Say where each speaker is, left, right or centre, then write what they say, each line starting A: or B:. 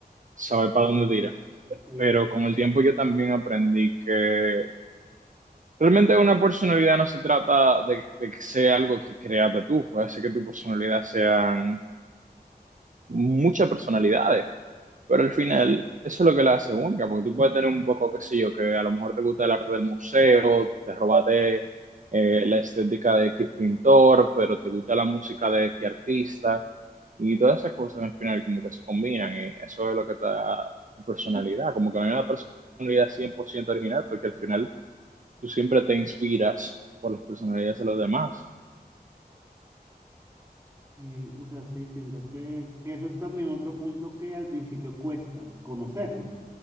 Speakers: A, on the right; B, on the right.
A: saber para dónde tirar.
B: Sí,
A: Pero con el tiempo yo también aprendí que realmente una personalidad no se trata de, de que sea algo que creaste tú. Puede ser que tu personalidad sean muchas personalidades. Pero al final, eso es lo que la hace única, porque tú puedes tener un poco, qué sé yo, que a lo mejor te gusta el arte del museo, te robaste eh, la estética de X pintor, pero te gusta la música de X artista, y todas esas cosas al final como que se combinan, y eso es lo que te da tu personalidad, como que no hay una personalidad 100% original, porque al final tú siempre te inspiras por las personalidades de los demás.
B: y, o sea, sí, siento que, que eso es también otro punto que al principio cuesta conocerlo